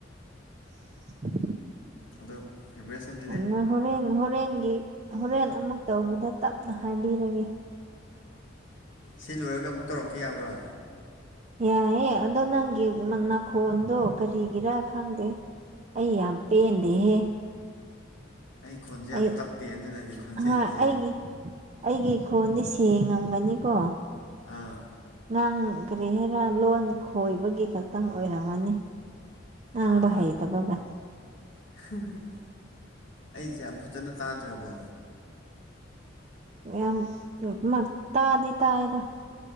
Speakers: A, on the right (about 35°); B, on the left (about 75°).
A: <inaudible>
B: ꯑꯗꯣ ꯑꯦꯕ꯭ꯔꯁꯟ
A: ꯑꯗꯨ ꯍꯣꯔꯦꯟ ꯍꯣꯔꯦꯟꯒꯤ ꯍꯣꯔꯦꯟ ꯑꯃꯨꯛ ꯇꯧꯕꯗ ꯇꯞꯅ ꯍꯥꯏꯕꯤꯔꯒꯦ
B: ꯁꯤ ꯂꯣꯏꯔꯒ ꯑꯃꯨꯛ ꯇꯧꯔꯛꯀꯦ ꯌꯥꯕ꯭ꯔꯥ
A: ꯌꯥꯏꯑꯦ ꯑꯗꯣ ꯅꯪꯒꯤ ꯅꯥꯈꯣꯟꯗꯣ ꯀꯔꯤꯒꯤꯔ ꯈꯪꯗꯦ ꯑꯩ ꯌꯥꯝ ꯄꯦꯟꯗꯦꯍꯦ
B: ꯑꯩ ꯈꯣꯟꯁꯦ ꯌꯥꯝ
A: ꯑꯩ
B: ꯇꯞꯄꯦ ꯑꯗꯨꯅꯅꯦ ꯈꯣꯟꯖꯦꯜꯁꯦ
A: ꯍꯣꯏ ꯑꯩꯒꯤ ꯑꯩꯒꯤ ꯈꯣꯟꯗꯤ ꯁꯦꯡꯉꯝꯒꯅꯤꯀꯣ
B: ꯑꯥ
A: ꯅꯪ ꯀꯔꯤ ꯍꯥꯏꯔꯥ ꯂꯣꯟ ꯈꯣꯏꯕꯒꯤ ꯈꯛꯇꯪ ꯑꯣꯏꯔꯝꯃꯅꯤ ꯉꯥꯡꯕ
B: ꯑꯥ
A: ꯍꯩꯇꯕꯒ
B: <unintelligible> ꯑꯩꯁꯦ ꯌꯥꯝ ꯐꯖꯅ ꯇꯥꯗ꯭ꯔꯕꯣ
A: ꯌꯥꯝ ꯃꯔ ꯇꯗꯤ ꯇꯏꯗ